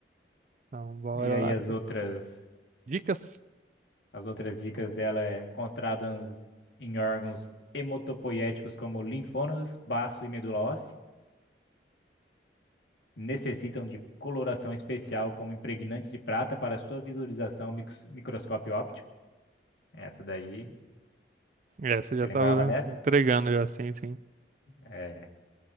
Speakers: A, on the right; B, on the left.
A: Então, bora
B: E aí
A: lá.
B: as outras,
A: Dicas?
B: as outras dicas dela é encontradas em órgãos hematopoiéticos como linfônodos, baço e medula óssea. Necessitam de coloração especial como impregnante de prata para sua visualização micros- microscópio óptico. Essa daí,
A: Essa eu
B: você
A: já
B: lembrava
A: tava
B: dessa?
A: né, entregando já, sim, sim.
B: É.